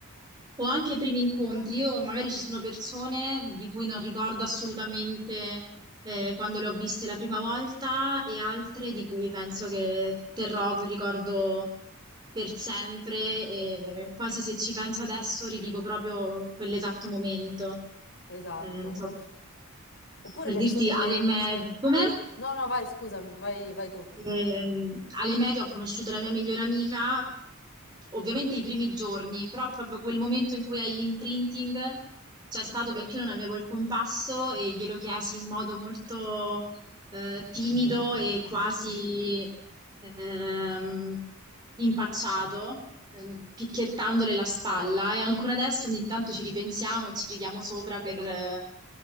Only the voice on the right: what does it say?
O anche i primi incontri, io magari ci sono persone di cui non ricordo assolutamente eh, quando le ho viste la prima volta e altre di cui penso che terrò quel ricordo per sempre e quasi se ci penso adesso rivivo proprio quell'esatto momento.
Eh, non so,
per
dirti alle
medie.
Come?
Ehm, alle medie ho conosciuto la mia migliore amica, ovviamente i primi giorni, però proprio quel momento in cui hai l'imprinting c'è stato perché io non avevo il compasso e glielo chiesi in modo molto eh, timido e quasi ehm, impacciato, eh, picchiettandole la spalla e ancora adesso ogni tanto ci ripensiamo e ci ridiamo sopra per, eh,